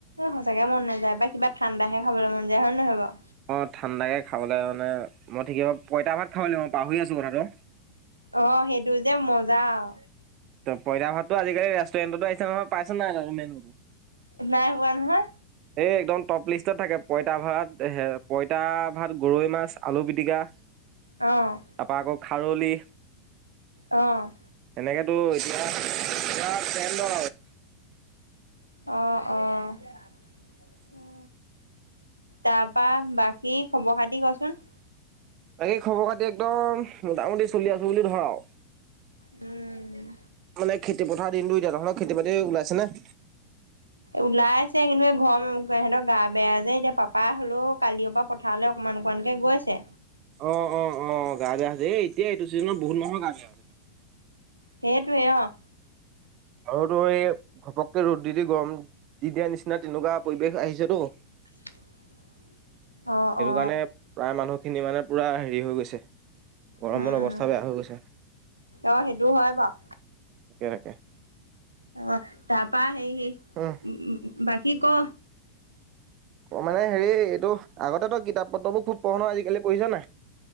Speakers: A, on the right; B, on the right.
A: সচাকে মন নযায় বা কিবা ঠাণ্ডাহে খাবলৈ মন যায় হয় নহয় বাৰু।
B: অ, ঠাণ্ডাকৈ খাবলৈ মানে মই ঠিকে পইতা ভাত খাব লাগ মই পাহৰি আছো কথাটো
A: অ', সেইটো যে মজা আও।
B: পইতা ভাতটো আজিকালি ৰেষ্টুৰেণ্টতো আহিছে নহয় পাইছোন নাই আৰু মেনুটো।
A: নাই হোৱা নহয়।
B: এই একদম টপ লিষ্টত থাকে পঁইতা ভাত পইতা ভাত গৰৈ মাছ আলু পিটিকা।
A: অ',
B: তাৰপৰা আকৌ খাৰলি।
A: অ',
B: তেনেকেতো এতিয়াটো
A: অ', অ', তাৰপা বাকী খবৰ খাতি কচোন?
B: বাকেই খবৰ খাতি একদম মোটামুটি চলি আছো বুলি ধৰ আও।
A: উম',
B: মানে খেতি পথাৰ দিনটো এতিয়া ধৰক খেতি বাতি ওলাইছে নে?
A: ওলাই- কিন্তু ঘৰৰ ওম সিহঁতৰ গা বেয়া যে এতিয়া পাপা হলেও কালিৰ পৰা পথাৰলৈ অকমান অকণমানকে গৈছে।
B: অ', অ ', অ ', গা বেয়া আ হৈছে এই এতিয়া এইটো চিজনত বহুত মানুহৰ গা বেয়াা হৈছে তেনেকে।
A: সেইটোৱে অ',
B: আৰুতো এই ঘপককে ৰ'দ দি দি গৰম দিয়া-দিয়াৰ নিচিনা তেনেকুৱা পৰিৱেশ আহিছেতো।
A: <unintelligible> অ
B: সেইটো
A: অ
B: কাৰণে প্ৰায় মানুহখিনি মানে পুৰা হেৰি হৈ গৈছে। গৰমৰ
A: উম উম
B: অৱস্থা বেয়া হৈ গৈছে তাকে-তাকে।
A: অ সেইটো হয় বাৰু অ, তাৰপা সেই উ
B: উম
A: বাকী ক?
B: অ', মানে হেৰি এইটো আগতে তই কিতাপ পত্ৰবোৰ খুব পঢ় নহয় আজিকালি পঢ়িছা নাই?